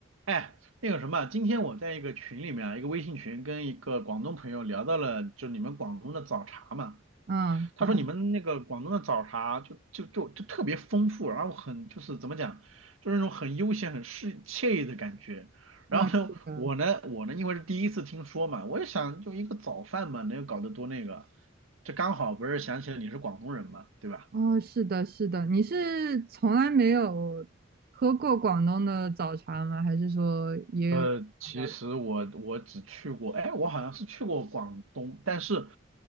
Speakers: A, on the right; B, on the right.
A: 哎，那个什么，今天我在一个群里面啊，一个微信群，跟一个广东朋友聊到了，就你们广东的早茶嘛。
B: 嗯，
A: 他说你们那个广东的早茶就就就就特别丰富，
B: 咋了？
A: 然后很就是怎么讲，就是那种很悠闲、很适惬意的感觉。
B: 啊，
A: 然后呢，
B: 是的，
A: 我呢，我呢，因为是第一次听说嘛，我也想就一个早饭嘛，能有搞得多那个，这刚好不是想起来你是广东人嘛，对吧？
B: 哦，是的，是的，你是从来没有喝过广东的早茶吗？还是说也
A: 呃，其实我我只去过，
B: 了解？
A: 哎，我好像是去过广东，但是